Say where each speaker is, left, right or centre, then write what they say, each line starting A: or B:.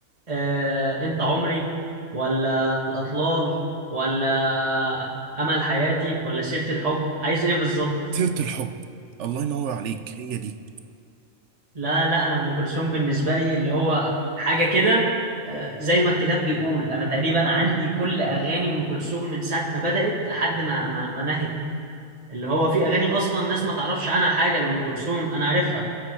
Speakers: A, on the right; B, on the right.
A: آه، انت عمري ولا الاطلال ولا امل حياتي ولا سيره الحب عايز ايه بالظبط
B: سيرة الحب الله ينور عليك هي دي
A: لا لا انا ام كلثوم بالنسبه لي اللي هو حاجه كده آه، زي ما الكتاب بيقول انا تقريبا عندي كل اغاني ام كلثوم من ساعه ما بدات لحد ما ما, ما نهت اللي هو في اغاني اصلا الناس ما تعرفش عنها حاجه لام كلثوم انا عارفها